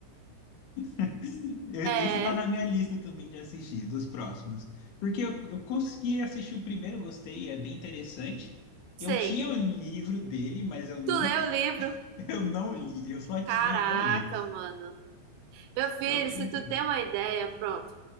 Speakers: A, on the left; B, on the right.
A: <laughs> Eu-
B: É,
A: Esse tá na minha lista também de assistir, dos próximos. Porque eu, eu consegui assistir o primeiro, gostei, é bem interessante.
B: sei.
A: Eu tinha o livro dele, mas eu nunca,
B: Tu leu o livro?
A: <laughs> eu não li. Eu só tinha
B: Caraca,
A: e não li.
B: mano. Meu filho,
A: Eu nem
B: se tu
A: sei.
B: tem uma ideia, pronto.